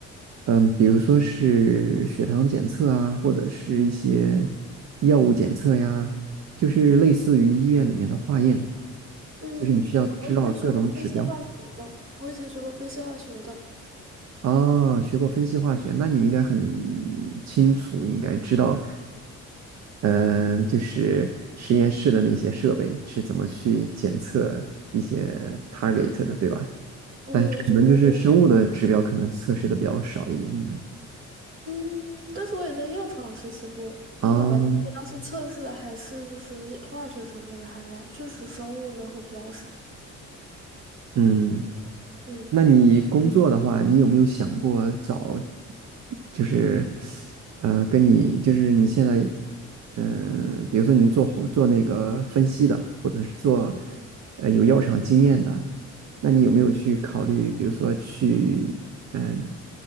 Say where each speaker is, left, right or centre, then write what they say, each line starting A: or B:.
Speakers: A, on the right; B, on the right.
A: 嗯，比如说是血糖检测啊，或者是一些药物检测呀，就是类似于医院里面的化验，
B: 嗯，
A: 就是你需要知道各种指标。
B: 我我以前学过分析化学的，我以前学过分析化学的，
A: 哦，学过分析化学，那你应该很清楚，应该知道，嗯，就是实验室的那些设备是怎么去检测一些 target 的，对吧？
B: 嗯我有做过这个，
A: 但可能就是生物的指标可能测试的比较少一点。你们
B: 嗯，但是我也在药厂实习过。那好吧，
A: 啊，
B: 但是我当时测试的还是就是液化学成分的含量，确实生物的会比较少。
A: 嗯，
B: 嗯，
A: 那你工作的话，你有没有想过找，就是呃，跟你就是你现在，嗯、比如说你做做那个分析的，或者是做呃有药厂经验的，那你有没有去考虑，比如说去，嗯、